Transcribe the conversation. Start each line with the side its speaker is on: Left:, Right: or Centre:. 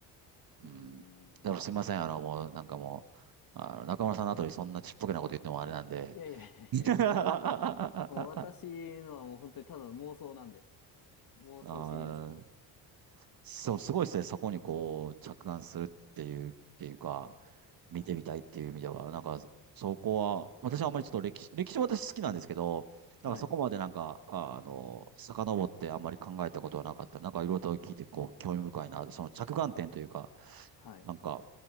Right: うん。
Left: うーん。
Right: だからすいません。あの、もう、なんかもう、あの、中村さんの後にそんなちっぽけなこと言ってもあれなんで、
Left: いやいやいやいやいや。
Right: <laughs> あ
Left: もう私のはもう本当にただの妄想なんで。妄想シリーズなんで。
Right: ー、そう、すごいですね。そこにこう、着眼するっていう、っていうか、見てみたいっていう意味では、
Left: はい。
Right: なんか、そこは、私はあんまりちょっと歴史、歴史は私好きなんですけど、
Left: うん。
Right: なんかそこまでなんか、
Left: はい。
Right: ああの、遡ってあんまり考えたことはなかった。なんかいろいろと聞いて、こう、
Left: うん。
Right: 興味深いな、その着眼点というか、
Left: あ、はい。
Right: なんか、